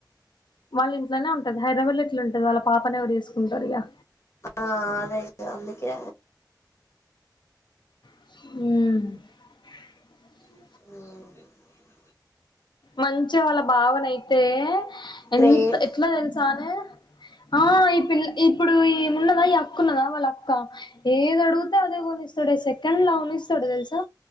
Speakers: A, on the left (about 75°); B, on the left (about 35°).
A: వాళ్ళ ఇంట్లోనే ఉంటది హైదరాబాద్ లో ఇట్లా ఉంటది వాళ్ళ పాపనే ఎవరు చేసుకుంటారు ఇక
B: ఆ అదే అందుకే
A: వు
B: మ్మ్
A: మంచి వాళ్ళ బావనయితే
B: గ్రేట్
A: ఎంత ఎట్లా తెలుసానే ఆ ఈ పిల్ల ఇప్పుడు ఈమున్నదా ఈ అక్క ఉన్నదా వాళ్ళ అక్క ఏది అడుగుతే అదే కొనిస్తాడు సెకండ్ లా కొనిస్తాడు తెలుసా